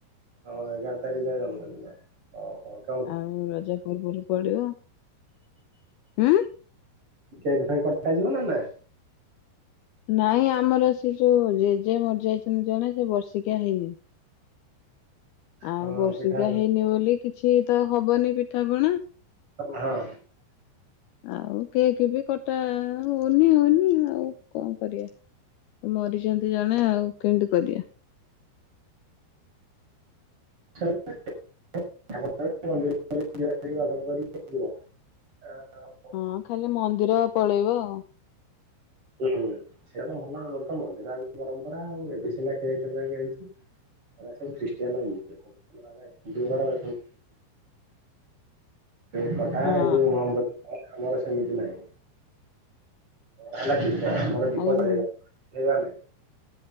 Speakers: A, on the right; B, on the left.
A: ହଁ ଏଗାର ତାରିଖରେ ଯାଇ ଜନ୍ମଦିନ ଓ ହଉ।
B: ଆଉ ରଜ ପୂର୍ବରୁ ପଡିବ? ହାଁ
A: କେକ୍ ଫେକ୍ କଟା ଯିବ ନା ନା?
B: ନାଇଁ ଆମର ସେ ଯୋଉ, ଜେଜେ ମରିଯାଇଛନ୍ତି ଜଣେ, ସେ ବର୍ଷିକିଆ ହେଇନି। ଆଉ
A: ହଁ
B: ବାର୍ଷିକୀଆ
A: ପିଠା ହଁ।
B: ହେଇନି ବୋଲି କିଛି ତ ହବନି ପିଠାପଣା।
A: ହଁ
B: ଆଉ କେକ୍ ବି କଟା ହଉନି ହଉନି ଆଉ କଣ କରିବା। ମରିଛନ୍ତି ଜଣେ ଆଉ କେମତି କରିବା।
A: <unintelligible> ହ <unintelligible>
B: ହଁ ଖାଲି ମନ୍ଦିର ପଳେଇବ ଆଉ।
A: <inaudible> ହୁଁ ସେଆ ତ ଭଲ ଆମର ତ ମନ୍ଦିର ଆଗ ପରମ୍ପରା ଆଉ ଏବେ ସିନା କେକ୍ ଫେକ୍ ହେଇଛି। ହେରା ଖାଲି ଖ୍ରିଷ୍ଟିଆନ ଇଏ ସବୁ ଆମର ହେରା ହିନ୍ଦୁଙ୍କର ଏ ସବୁ କେକ କଟା
B: ହଁ
A: ଏଇ ଯୋଉ ମହମବତୀ ଆମର ସେମିତି ନାହିଁ। ହେଲା ଦୀପ ଆମର ଦୀପ
B: ଆରେ
A: ଜଳେଇବା
B: ମୁଁ
A: ଜଳେଇବା ନାହିଁ।